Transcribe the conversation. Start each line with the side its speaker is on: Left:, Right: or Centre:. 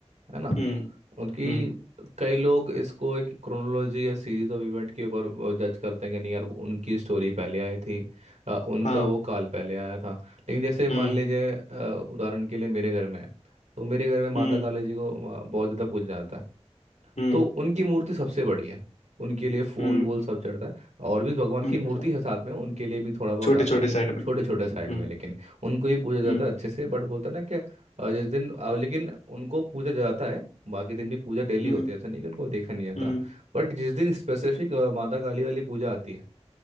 Right: है ना
Left: हम्म
Right: उनकी
Left: हम्म
Right: कई लोग इसको एक क्रोनोलॉजी या सीरीज ऑफ इवेंट के ऊपर जज करते हैं कि नहीं यार वो उनकी स्टोरी पहले आई थी अ, उनका
Left: हाँ
Right: वो काल पहले आया था लेकिन जैसे मान
Left: हम्म
Right: लीजिए अ, उदाहरण के लिए मेरे घर में है तो मेरे घर में माता
Left: हम्म
Right: काली जी को अ, बहुत ज़्यादा पूजा जाता है
Left: हम्म
Right: तो उनकी मूर्ति सबसे बड़ी है उनके लिए फूल
Left: हम्म
Right: वूल सब चढ़ता है और भी भगवान
Left: हम्म
Right: की मूर्ति है साथ में उनके लिए भी थोड़ा बहुत
Left: छोटी
Right: आता
Left: छोटी
Right: है
Left: साइड में
Right: छोटे
Left: हम्म
Right: छोटे साइड में लेकिन उनको ही पूजा जाता
Left: हम्म
Right: है अच्छे से बट बोलता है ना क्या अ, जिस दिन अ, लेकिन उनको पूजा जाता है बाकी दिन भी पूजा डेली
Left: हम्म
Right: होती है ऐसा नहीं कि उनको देखा नहीं जाता
Left: हम्म
Right: बट जिस दिन स्पेसिफिक माता काली वाली पूजा आती है